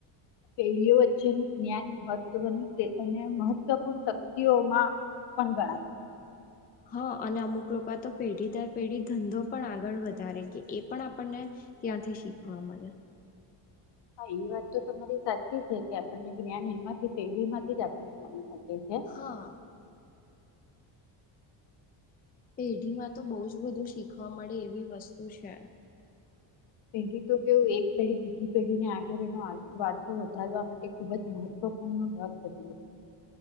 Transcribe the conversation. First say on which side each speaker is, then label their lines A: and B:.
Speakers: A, on the left (about 60°); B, on the left (about 20°).
A: પેઢીઓ વચ્ચેનું જ્ઞાન મહત્વની તે અને મહત્વપૂર્ણ શક્તિઓમાં પણ ગણાય
B: હા અને અમુક લોકો તો પેઢી દર પેઢી ધંધો પણ આગળ વધારે કે એ પણ આપણને ત્યાંથી શીખવા મળે
A: હા એ વાત તો તમારી સાચી છે કે આપણને જ્ઞાન એમાંથી પેઢી માંથી જ આપણને મળી શકે છે
B: હા પેઢીમાં તો બહુ જ બધું શીખવા મળે એવી વસ્તુ છે
A: પેઢી તો કેવું એક પેઢી બીજી પેઢીને આગળ એનો આર- વારસો વધારવા માટે ખુબ જ મહત્વપૂર્ણ ભાગ ભજવે છે.